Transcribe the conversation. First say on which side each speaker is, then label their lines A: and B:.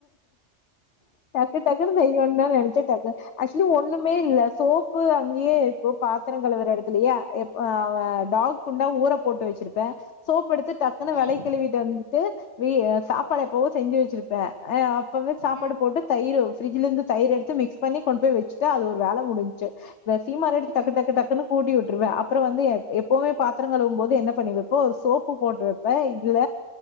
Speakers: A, on the left; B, on the left.
A: டக்கு டக்குன்னு செய்யனு தா நெனச்சே டக்கு ஆச்சுவலி ஒண்ணுமே இல்ல சோப்பு அங்யே இருக்கு பாத்துர கழவுற எடத்துலயே ஆ டாக் குண்டா ஊற போட்டு வச்சிருப்பே சோப் எடுத்து டக்குன்னு வெளக்
B: ம்
A: கழுவிட்டு வந் ட்டு சாப்பாட எப்போவோ செஞ்சு வச்சு ப்பே அப்பவே சாப்பாடு
B: ம்
A: போட்டு தயிரு ஃப்ரிட்ஜ்ல இருந்து தயிரு எடுத்து மிக்ஸ் பண்ணி கொண்ட் போய் வச்சுட்டு அது ஒரு வே ல முடுன்ச்சு இந்த சீமார எடுத்து
B: ம்
A: டக்குடக்கு டக்குன்னு கூட்டி உட்டுருவே அப்புறோ வந்து எப்பவுமே பாத்துரோ கழுவு போது என்ன பண்ணி வைப்போ ஒரு சோப்பு போட்டு வைப்பே இல்ல